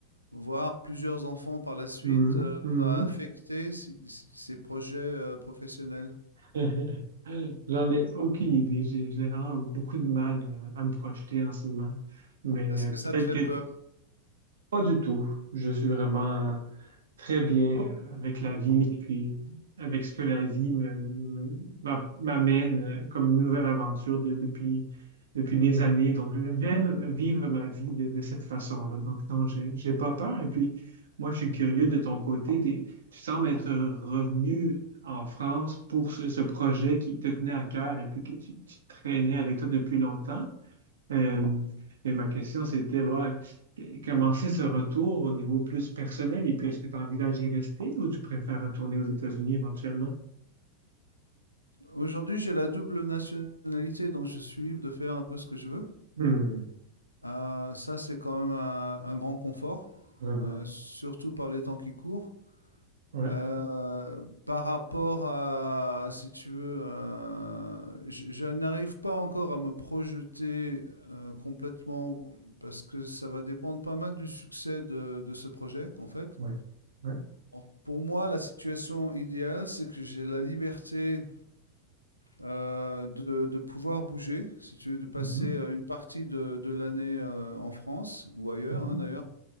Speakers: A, on the left; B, on the right.
A: Voir plusieurs enfants par la suite,
B: Mhm.
A: heu,
B: Mhm.
A: va affecter si si ses projets, heu, professionnels.
B: <laughs> J'en ai aucune idée. J'ai j'ai vraiment beaucoup de mal euh, à me projeter en ce moment. Mais
A: Est-ce que
B: peut-être
A: ça te fait
B: que
A: peur?
B: pas du tout. Je suis vraiment très bien euh, avec la vie et puis avec ce que la vie me- me- me- m'a- m'amène euh, comme nouvelle aventure de- depuis, depuis des années. Donc, j'aime vivre ma vie de, de cette façon-là. Donc, non, j'ai, j'ai pas peur. Et puis, moi, je suis curieux de ton côté. T'es- tu sembles être revenu en France pour ce, ce projet qui te tenait à cœur et puis que tu, tu traînais avec toi depuis longtemps. Euh, et ma question, c'était bah, qu- comment c'est ce retour au niveau plus personnel et puis est-ce que tu envisages d'y rester ou tu préfères retourner aux États-Unis éventuellement?
A: Aujourd'hui, j'ai la double nationalité, donc je suis libre de faire un peu ce que je veux.
B: Hmm,
A: Heu, ça, c'est quand même un un grand confort,
B: vraiment.
A: heu, surtout par les temps qui courent.
B: Ouais,
A: Euh, par rapport à, si tu veux, euh, je, je n'arrive pas encore à me projeter euh, complètement parce que ça va dépendre pas mal du succès de, de ce projet, en fait.
B: ouais, ouais.
A: En- Pour moi, la situation idéale, c'est que j'ai la liberté euh, de, de pouvoir bouger, si tu veux, de passer
B: Mhm,
A: euh, une partie de, de l'année euh, en France ou ailleurs,
B: mhm,
A: hein, d'ailleurs